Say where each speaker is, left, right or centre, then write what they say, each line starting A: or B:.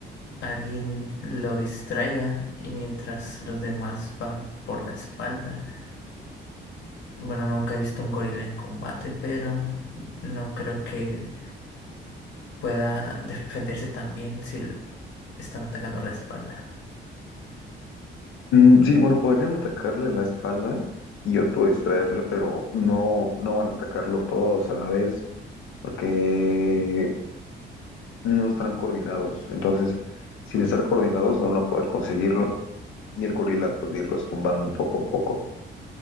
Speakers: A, on the left; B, on the left.
A: alguien lo distraiga y mientras los demás van por la espalda. Bueno, nunca he visto un gorila en combate, pero no creo que pueda defenderse tan bien si l- están atacando la espalda.
B: Mm, sí, bueno, podrían atacarle la espalda y otro distraerle, pero no, no van a atacarlo todos a la vez porque no están coordinados. Entonces, sin estar coordinados, no van a poder conseguirlo y el gorila puede irlos tumbando poco a poco.